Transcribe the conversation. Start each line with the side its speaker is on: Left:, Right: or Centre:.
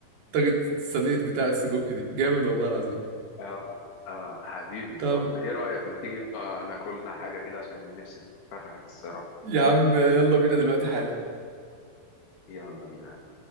Right: طاجة الصينية بتاع السجق دي جامد والله العظيم
Left: اه اه حبيبي
Right: طب
Left: طب ايه رأيك ما تيجي يلا ناكلنا حاجة كده عشان نفسي اتفتحت الصراحة
Right: يا عم يلا بينا دلوقتي حالا
Left: يلا بينا